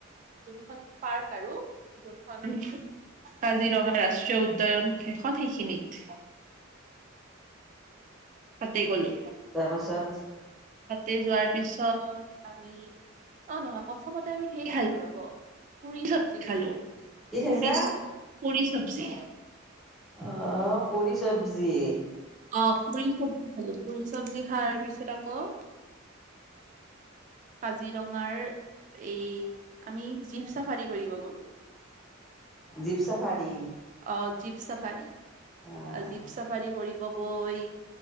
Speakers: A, on the right (about 40°); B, in the centre.
A: যোনখন পাৰ্ক আৰু যোনখন কাজিৰঙা ৰাষ্ট্ৰীয় উদ্যান সেইখন সেইখিনিত। তাতে গলোঁ
B: তাৰপাছত।
A: তি যোৱাৰ পিছত আমি অ নহয় প্ৰথমতে আমি কি খালো ৰব পুৰি চবজি খালো।
B: কি খাইছা
A: পুৰি চবজি।
B: আহ পোৰি চবজি।
A: অ পুৰি চবজি খালোঁ। পুৰি চবজি খাৱাৰ পিছত আকৌ কাজিৰঙাৰ এই আমি জীপ চাফাৰী কৰিব গলো।
B: Jeep safari.
A: অ জীপ চাফাৰী
B: আহ
A: জীপ চাফাৰী কৰিব গৈ